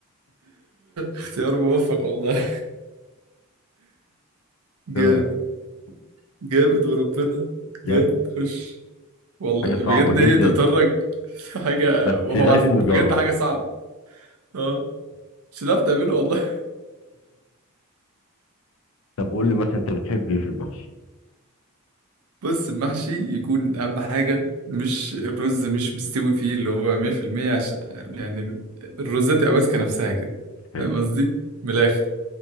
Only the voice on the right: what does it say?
اختيار موفق والله جامد
جامد وربنا
جامد خش والله
بجد
ايه ده بتهرج حاجة
وهو
عارف
بجد حاجة صعبة اه مش هتعرف تعمله والله
بص المحشي يكون اهم حاجة مش الرز مش مستوي فيه اللي هو 100% عشان يعني الرز تبقى ماسكة نفسها كده
فاهم قصدي؟ من الآخر